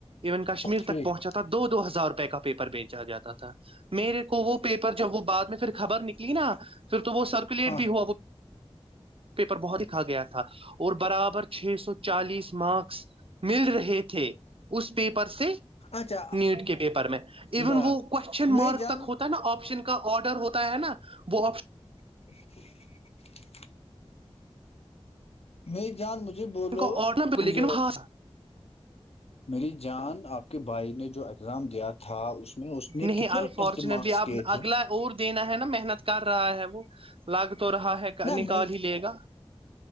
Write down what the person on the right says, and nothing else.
ایون کشمیر
تک پہنچا تھا دو ہزار <unintelligible> کا پیپر بیچا جاتا تھا میرے کو وہ پیپر جب وہ بع میں پھر خبر نکلی نا پھر تو وہ سب <unintelligible> پلیٹ
بھی ہوا وہ <unintelligible> پیپر بہت دکھا گیا تھا اور برابر چھ سو چالیس مارکس مل رہے تھے اس <unintelligible> پیپر سے
نیٹ کے پیپر میں ایون
وہ کوشچن
مارک
تک ہوتا ہے نا آپشن کا آرڈر ہوتا ہے نا وہ آپشن
کا آرڈر لیکن
ہاں
نہیں انفارچونیٹلی
اب
اگلا اور دینا ہے نا محنت کر رہا ہے وہ لگتا تو رہا ہے
نکال
ہی لے گا